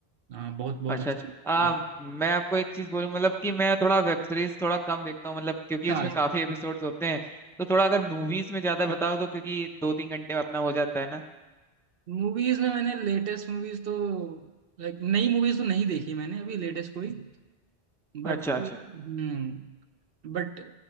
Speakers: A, on the right; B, in the centre.
A: हाँ बहुत बहुत
B: अच्छा
A: अच्छी
B: अच्छा
A: एकदम
B: आ, मैं आपको एक चीज बोलूँ मतलब कि मैं थोड़ा वेब सीरीज थोड़ा कम देखता हूँ मतलब क्योंकि
A: अच्छा
B: उसमें काफी एपिसोड्स होते हैं तो थोड़ा अगर मूवीज में ज्यादा बताओ तो क्योंकि दो तीन घंटे में अपना हो जाता है ना
A: मूवीज में मैंने लेटेस्ट मूवीज तो लाइक नई मूवीज तो नहीं देखी मैंने अभी लेटेस्ट कोई बट
B: अच्छा अच्छा
A: हम्म बट